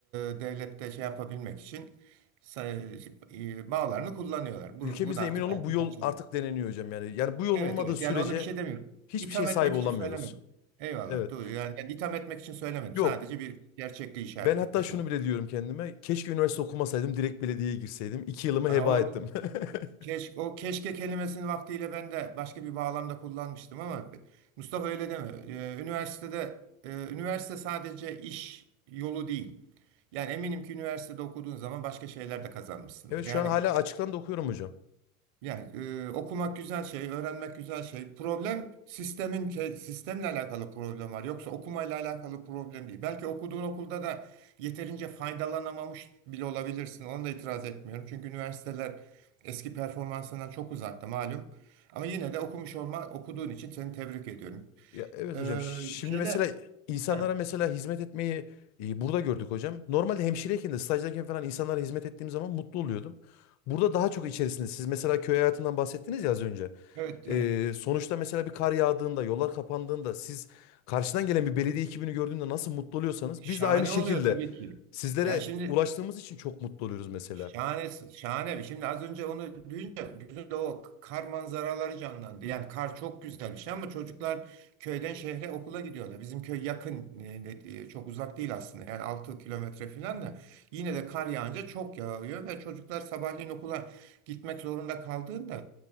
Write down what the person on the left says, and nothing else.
Ülkemizde
emin olun
bu yol
artık deneniyor hocam yani. Yani bu yol
olmadığı
sürece
hiçbir
şey sahibi
olamıyoruz.
Evet.
Yok.
Ben hatta
şunu
bile diyorum kendime. Keşke üniversite okumasaydım, direkt belediyeye girseydim. İki yılımı
heba
ettim. <laughs>
Evet
şu an hala açıktan da okuyorum hocam.
Ya evet
hocam. Şimdi
mesela insanlara
mesela hizmet etmeyi e, burada gördük hocam. Normalde hemşireyken de stajdayken falan insanlara hizmet ettiğim zaman mutlu oluyordum. Burada daha çok içerisinde. Siz mesela köy hayatından bahsettiniz ya az önce.
E, sonuçta mesela bir kar yağdığında, yollar kapandığında siz karşıdan gelen bir belediye ekibini gördüğünde nasıl mutlu oluyorsanız
biz de aynı şekilde
sizlere
ulaştığımız için çok mutlu oluyoruz mesela.